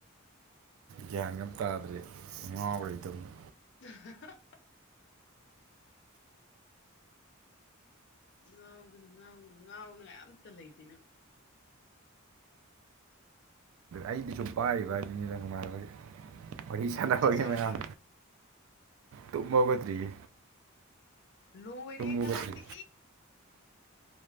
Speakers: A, on the right; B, on the left.
A: ꯒ꯭ꯌꯥꯟ ꯒꯥ ꯑꯝ ꯇꯥꯗ꯭ꯔꯦ ꯉꯥꯎꯔꯦ ꯇꯧꯔꯤꯁꯦ
B: <inaudible> ꯉꯥꯎꯒꯅꯨ ꯉꯥꯎꯒꯅꯨ ꯉꯥꯎꯅꯤꯡꯉꯥꯏ ꯑꯝꯇ ꯂꯩꯇꯦ ꯅꯪ
A: ꯑꯩꯗꯤ ꯁꯨꯝ ꯄꯥꯏꯔꯤꯕ ꯍꯥꯏꯗꯨꯅꯤꯗ ꯅꯨꯡꯉꯥꯏꯕꯒꯤ ꯋꯥꯔꯤ ꯁꯥꯟꯅꯕꯒꯤ
B: ꯆꯥꯛ ꯆꯥꯔꯕ
A: ꯃꯌꯥꯝ ꯇꯨꯝꯃꯒꯗ꯭ꯔꯤꯌꯦ
B: ꯂꯣꯏꯔ ꯍꯉ
A: ꯍꯧꯒꯠꯇ꯭ꯔꯤ
B: ꯂꯪꯗꯤ